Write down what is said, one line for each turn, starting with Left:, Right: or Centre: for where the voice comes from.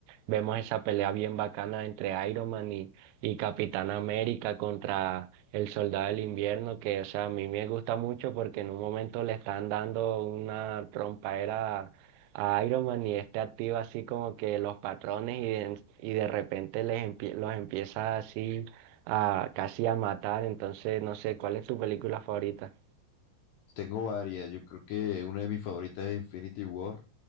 Right: Vemos esa pelea bien bacana entre Iron Man y, y Capitán América contra el Soldado del Invierno, que, o sea, a mí me gusta mucho porque en un momento le están dando una trompaera a, a Iron Man y este activa así como que los patrones y de, y de repente les empie- los empieza así a casi a matar. Entonces, no sé, ¿cuál es tu película favorita?
Left: Tengo varias, yo creo que una de mis favoritas es Infinity War,